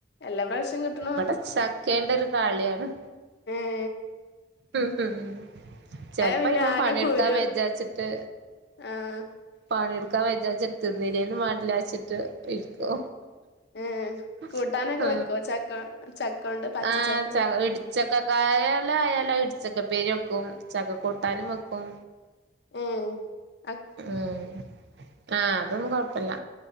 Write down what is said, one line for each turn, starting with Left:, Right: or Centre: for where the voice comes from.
Left: എല്ലാ പ്രാവശ്യം <unintelligible>
Right: ഇവിടെ ചക്കേണ്ട ഒരു കളിയാണ്
Left: ഏ
Right: ഉം ഉം ചെലപ്പോ
Left: പിന്നെ
Right: ഇവൻ
Left: ആകെ
Right: പണിടുക്കാൻ
Left: കുരു
Right: വേചാച്ചിട്ട്
Left: ആഹ്
Right: പണി എടുക്കാ വെജാരിച് തിന്നില്ലേലും വേണ്ടില്ലാച്ചിട്ട് ഇരിക്കോ
Left: ഏഹ്
Right: <unintelligible>
Left: കൂട്ടാനൊക്കെ വെക്കോ ചക്ക ചക്കോണ്ട് പച്ച
Right: ആഹ്
Left: ചക്ക
Right: ഇടിച്ചക്കക്കായലായ ആയാലിടിച്ചക്ക ഉപ്പേരി വെക്കും ചകക്കൂട്ടാനും വെക്കും
Left: ഉം
Right: ഉം ആ അതൊന്നും കൊഴപ്പില്ല